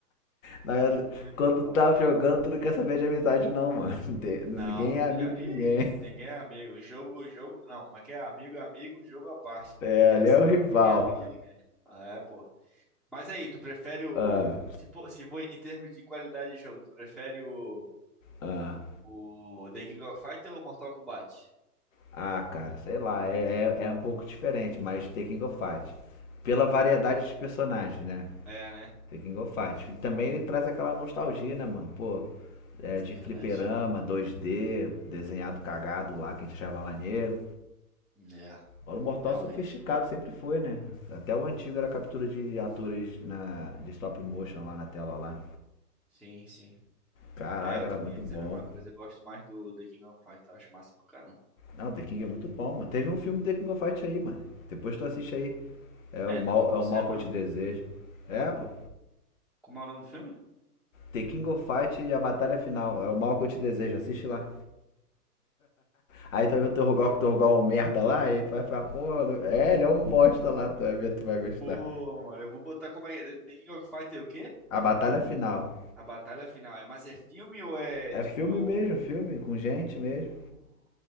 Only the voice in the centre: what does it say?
Muito
bom,
velho.
Não,
já.
Ih,
ninguém é amigo. Jogo, jogo. Não, como é que é? Amigo, é amigo, jogo à parte, mano.
Não tem
essa
não.
Ninguém é amigo de ninguém. É, pô. Mas aí, tu prefere o.
Se for, se for em termos de qualidade de jogo, tu prefere o.
O The King of Fighter ou Mortal Kombat?
É, né?
É Verdade.
É,
realmente.
Sim, sim.
É, eu também
ia dizer
a mesma coisa. Eu gosto mais do The King of Fighter. Eu acho massa pra caramba.
É,
não, pô,
sério
mesmo?
Como é o nome do filme?
Pô, mano, eu vou botar como é que é? The King of Fighter o quê?
A batalha final é, mas é filme ou é
tipo
é o
Pô,